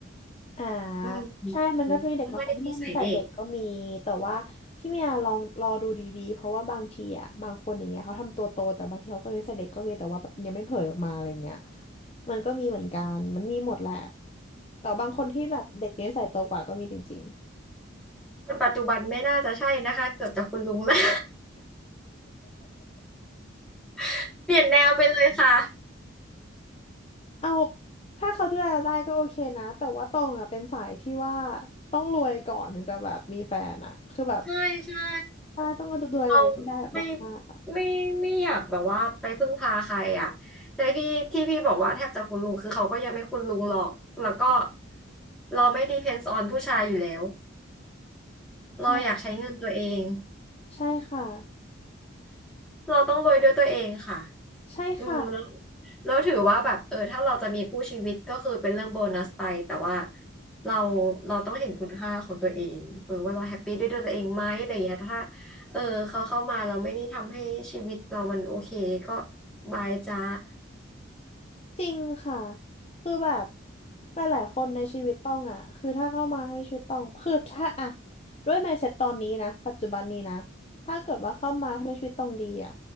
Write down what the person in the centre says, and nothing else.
อืม
เขาไม่ได้นิสัยเด็ก
คนปัจจุบันไม่น่าจะใช่นะคะเกือบจะคุณลุงแล้ว <laughs> เปลี่ยนแนวไปเลยค่ะ
ใช่ใช่
เราไม่ไม่ไม่อยากแบบว่าไปพึ่งพาใครอ่ะแต่พี่ที่พี่บอกว่าแทบจะคุณลุงคือเขาก็ยังไม่คุณลุงหรอกแล้วก็เราไม่ depends on ผู้ชายอยู่แล้วเราอยากใช้เงินตัวเอง
เราต้องโวยด้วยตัวเองค่ะ
อืมแล้วแล้วถือว่าแบบเออถ้าเราจะมีคู่ชีวิตก็คือเป็นเรื่องโบนัสไปแต่ว่าเราเราต้องเห็นคุณค่าของตัวเองเออว่าเราแฮปปี้ด้วยตัวเองไหมอะไรอย่างเงี้ยถ้าเออเขาเข้ามาเราไม่ได้ทำให้ชีวิตเรามันโอเคก็บายจ้า